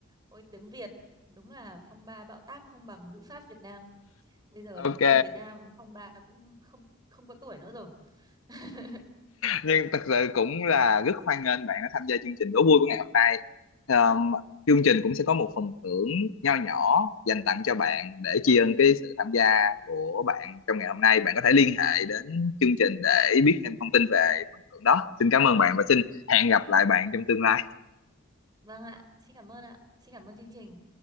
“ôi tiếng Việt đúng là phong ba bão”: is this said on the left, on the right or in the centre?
Right